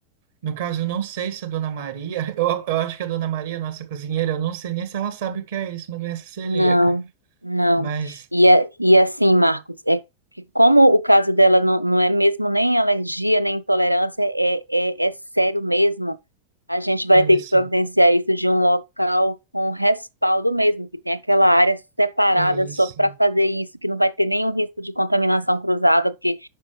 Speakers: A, on the right (about 55°); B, on the left (about 85°).
A: no caso, eu não sei se a dona Maria, <laughs> eu, eu acho que a dona Maria, nossa cozinheira, eu não sei nem se ela sabe o que é isso, uma doença celíaca.
B: Não, não.
A: Mas
B: E, a- e assim, Marcos, é que como o caso dela não, não é mesmo nem alergia, nem intolerância, é, é, é sério mesmo, a gente vai
A: isso,
B: ter que providenciar isso de um local com respaldo mesmo, que tem aquela área separada
A: isso.
B: só para fazer isso, que não vai ter nenhum risco de contaminação cruzada, porque